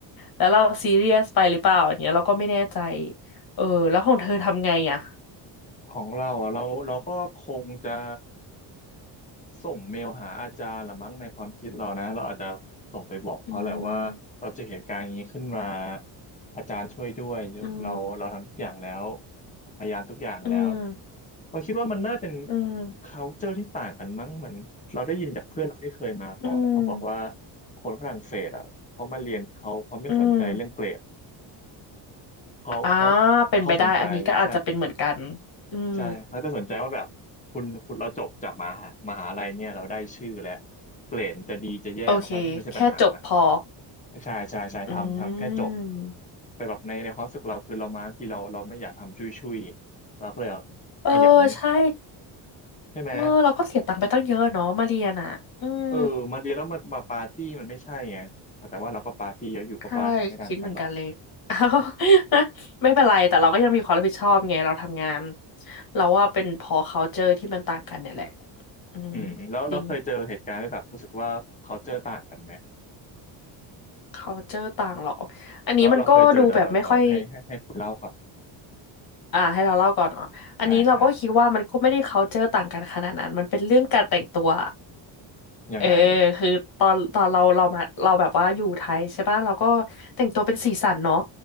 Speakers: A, on the left; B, on the left.
A: แล้วเราซีเรียสไปหรือเปล่าอย่างเงี้ยเราก็ไม่แน่ใจเออแล้วของเธอทำไงอ่ะ
B: ของเราอ่ะ เราเราก็คงจะ ส่งเมลหาอาจารย์ละมั้งในความคิดเรานะเราอาจจะส่งไปบอกเขาแหละว่าเราเจอเหตุการณ์อย่างนี้ขึ้นมา
A: อืม
B: อาจารย์ช่วยด้วยเราเราทำทุกอย่างแล้ว
A: อืม
B: พยายามทุกอย่างแล้ว
A: อืม
B: เราคิดว่ามันน่าเป็น
A: อืม
B: culture ที่ต่างกันมั้งเหมือนเราได้ยินจากเพื่อนเราที่เคยมาก่อนอะเขาบอกว่า
A: อืม
B: คนฝรั่งเศสอ่ะเขามาเรียนเขาเขาไม่สนใจเรื่องเกรด
A: อืม
B: เขาเขา
A: อ่าเป็นไปได้อันนี้ก็อาจจะเป็นเหมือนกัน
B: เขาสนใจใช่
A: อืม
B: ใช่เขาจะสนใจว่าแบบคุณคุณเราจบจากมหามหาลัยเนี่ยเราได้ชื่อแล้วเกรดจะดีจะแย่มันก็ไม่ใช่ปัญหา
A: โอเคแค่จบพอ
B: ใช่ใช่ใช่ทำทำแค่จบ
A: อืม
B: แต่แบบในในความรู้สึกเราคือเรามาที่เราเราไม่อยากทำชุยชุยเราก็เลย
A: เออใช่
B: ขยันใช่ไหม
A: เออเราก็เสียตังค์ไปตั้งเยอะเนาะมาเรียนอ่ะอืม
B: เออมาเรียนแล้วมามาปาร์ตี้มันไม่ใช่ไงแต่ว่าเราก็ปาร์ตี้เยอะอยู่ก็ว่าเขาไม่ดันกันหรอก
A: ใช่คิดเหมือนกันเลย <laughs> อ้าวไม่เป็นไรแต่เราก็ยังมีความรับผิดชอบไงเราทำงานเราว่าเป็นพอ culture ที่มันต่างกันเนี่ยแหละ อืม
B: อืมแล้วเราเคยเจอเหตุการณ์ที่แบบรู้สึกว่าเขาเจอต่างกันไหม
A: จริง culture ต่างหรออันนี้มันก็ดูแบบไม่ค่อย
B: แล้วเราเคยเจอเดี๋ยวเดี๋ยวเดี๋ยวให้ให้ให้คุณเล่าก่อน
A: อ่าให้เราเล่าก่อนเนาะอันนี้เราก็คิดว่ามันก็ไม่ได้
B: ใช่ใช่
A: culture ต่างกันขนาดนั้นมันเป็นเรื่องการแต่งตัว
B: ยังไงอ่ะ
A: เออคือตอนตอนเราเรามาเราแบบว่าอยู่ไทยใช่ป่ะเราก็แต่งตัวเป็นสีสันเนาะ